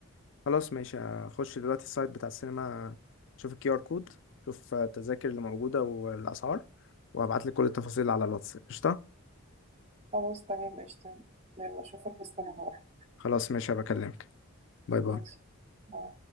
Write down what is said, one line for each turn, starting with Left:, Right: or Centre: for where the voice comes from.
Left: خلاص ماشي هخش دلوقتي السايت بتاع السينما شوف الكيو ار كود شوف التذاكر اللي موجودة والأسعار وهبعتلك كل التفاصيل على الواتس قشطة
Right: خلاص تمام قشطة يلا أشوفك استنى هروح.
Left: خلاص ماشي هبكلمك باي باي
Right: ماشي باي.